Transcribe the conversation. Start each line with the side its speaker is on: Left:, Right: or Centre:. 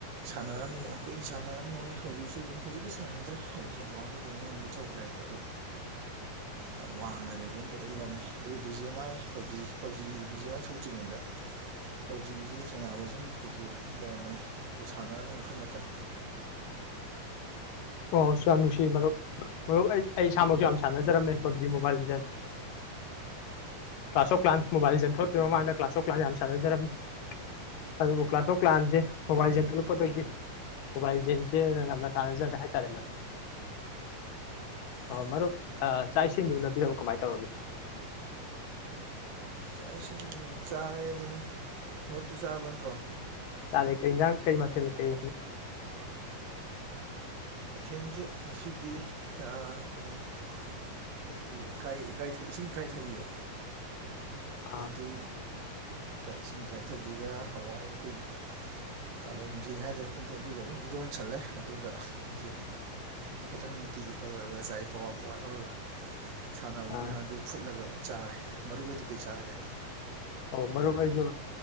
Right: ꯁꯥꯟꯅꯔꯝꯃꯤ ꯌꯥꯝ ꯀꯨꯏꯅ ꯁꯥꯟꯅꯔꯝꯃꯤ ꯍꯧꯖꯤꯛꯁꯨ ꯑꯗꯨꯝ ꯍꯧꯖꯤꯛꯀꯤ ꯁꯥꯟꯅꯗ꯭ꯔꯦ ꯑꯩꯁꯦ ꯑꯦꯀꯥꯎꯟ ꯀꯩꯀꯩ ꯃꯤꯡꯉꯣꯝ ꯄꯤꯊꯣꯛꯈ꯭ꯔꯦꯕ ꯑꯗꯣ
Left: <unintelligible>
Right: ꯌꯥꯝ ꯋꯥꯡꯅ ꯂꯩꯕꯩꯅꯒ ꯏꯜꯂꯝꯅꯤ ꯑꯗꯨꯒ ꯕꯤ ꯖꯤ ꯑꯦꯝ ꯑꯥꯏ ꯄꯖꯤ ꯄꯖꯤ ꯕꯤ ꯖꯤ ꯑꯦꯝ ꯑꯥꯏ ꯊꯣꯛꯇ꯭ꯔꯤꯉꯩꯗ ꯄꯕꯖꯤꯁꯨ ꯁꯅꯥꯕꯖꯟ ꯀꯩꯀꯩ ꯌꯥꯝ ꯂꯩꯔꯝꯕꯅꯦ ꯑꯗꯨ ꯁꯥꯟꯅꯔꯝꯃꯤ ꯃꯈꯜ ꯃꯈꯜ
Left: ꯑꯣꯁꯨ ꯌꯥꯝ ꯅꯨꯡꯁꯤ ꯃꯔꯨꯞ ꯃꯔꯨꯞ ꯑꯩ ꯑꯩ ꯏꯁꯥꯃꯛꯁꯨ ꯌꯥꯝ ꯁꯥꯟꯅꯖꯔꯝꯃꯦ ꯄꯕꯖꯤ ꯃꯣꯕꯥꯏꯜꯁꯦ ꯀ꯭ꯂꯥꯁ ꯑꯣꯐ ꯀ꯭ꯂꯥꯟ ꯃꯣꯕꯥꯏꯜꯁ ꯊꯣꯛꯇ꯭ꯔꯤ ꯃꯃꯥꯡꯗ ꯀ꯭ꯂꯥꯁ ꯑꯣꯐ ꯀ꯭ꯂꯥꯟ ꯌꯥꯝ ꯁꯥꯟꯅꯖꯔꯝꯃꯤ ꯑꯗꯨꯕꯨ ꯀ꯭ꯂꯥꯁꯃꯨꯛ ꯂꯥꯛꯑꯟꯁꯦ ꯃꯣꯕꯥꯏꯜꯁꯟ ꯊꯣꯛꯂꯛꯄꯗꯒꯤ ꯃꯣꯕꯥꯏꯜ <unintelligible> ꯇꯥꯟꯖꯔ ꯍꯥꯏ
Right: ꯑꯣ
Left: ꯃꯔꯨꯞ ꯆꯥꯛ ꯏꯁꯤꯡꯗꯨ ꯎꯅꯕꯤꯔꯕꯧ ꯀꯃꯥꯏ ꯇꯧꯔꯒꯦ
Right: ꯆꯥꯛ ꯏꯁꯤꯡ ꯆꯥꯔꯦ ꯑꯗꯨꯅꯤ ꯃꯔꯛꯇꯤ ꯆꯥꯕ ꯅꯠꯇ꯭ꯔꯣ
Left: ꯆꯥꯔꯦ ꯀꯩ ꯀꯩ ꯃꯊꯦꯜ ꯀꯔꯤ
Right: ꯃꯊꯦꯜꯁꯦ ꯉꯁꯤꯗꯤ ꯀꯩꯅꯣꯅꯤ ꯑꯩꯈꯣꯏꯒꯤ ꯏꯀꯥꯏ ꯏꯀꯥꯏ ꯏꯁꯤꯡ ꯏꯀꯥꯏꯊꯕꯤꯗꯣ
Left: ꯑꯥ
Right: ꯑꯗꯨ ꯏꯁꯤꯡ ꯀꯥꯏꯊꯕꯤꯒ ꯍꯋꯥꯏ ꯑꯩꯈꯣꯏ ꯀꯥꯂꯟꯗ꯭ꯔꯤ ꯍꯥꯏꯗꯅ ꯈꯪꯗꯦ ꯑꯗꯨꯒ ꯑꯗꯨꯝ ꯏꯔꯣꯟꯁꯜꯂꯦ ꯑꯗꯨꯒ ꯌꯦꯟ ꯑꯩꯗꯤ ꯈꯤꯇꯪ ꯅꯨꯡꯇꯤꯒꯤ ꯍꯜꯂꯒ ꯆꯥꯏ ꯄꯋꯥ ꯄꯋꯥ ꯂꯧꯔꯒ ꯁꯥꯟꯅꯕꯅꯤꯅ
Left: ꯑꯥ
Right: ꯑꯗꯨ ꯐꯨꯠꯂꯒ ꯑꯃꯨꯛ ꯆꯥꯔꯦ ꯃꯔꯨꯞ ꯑꯣꯏꯗꯤ ꯀꯩ ꯆꯥꯔꯒꯦ
Left: ꯑꯣ ꯃꯔꯨꯞ ꯑꯩꯁꯨ